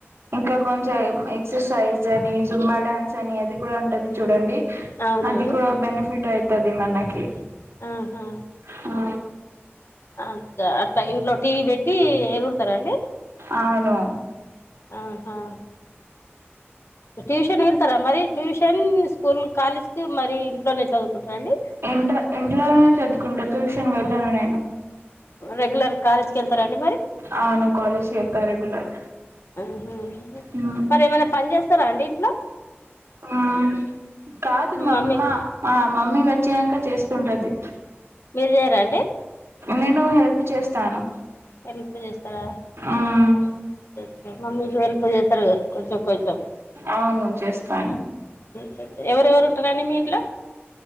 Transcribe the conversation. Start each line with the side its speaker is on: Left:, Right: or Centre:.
Right: ఇంకా కొంచెం ఎ ఎక్సర్సైజ్ అని జుంబా డాన్స్ అని అది కూడా ఉంటది చూడండి
Left: అవునండి
Right: అది కూడా బేనిఫిట్ అయితది మనకి
Left: ఆహా
Right: హు
Left: అ ట్లా అట్లా ఇంట్లో టీవీ పెట్టి ఎగురతారా అండి
Right: అవును
Left: ఆహా ట్యూషన్ మీరెల్ ళ్తారా మరి ట్యూషన్ స్కూల్ కాలేజ్ కి మరీ ఇంట్లోనే చదువుకుంట్ రా అండి
Right: ఇంట్ ఇంట్లోనే చదుకుంటా ట్యూషన్ వెళ్ళాను నేను
Left: రెగ్యులర్ కాలేజ్ కెళ్తారా అండి మరి
Right: అవును కాలేజ్కి ఎళ్తా రెగ్యులర్
Left: ఉహు
Right: హూ
Left: మరేమన్న పన్ చేస్తారా అండి ఇంట్లో
Right: మ్మ్ కాదు
Left: మీ
Right: మామ్
Left: మమ్మీ
Right: మ్మ మా మమ్మీ వచ్చినక చేస్తుంటది
Left: మీర్ చేయరా అండి
Right: నేను హెల్ప్ చేస్తాను
Left: హెల్ప్ చేస్తారా
Right: మ్మ్
Left: ఒకే ఒకే మమ్మీకి హెల్ప్ చేస్తారుగా కొంచెం కొంచెం
Right: అవును చేస్తాన్
Left: ఒకే కే ఎవరెవరు ఉంటారండి మీ ఇంట్లో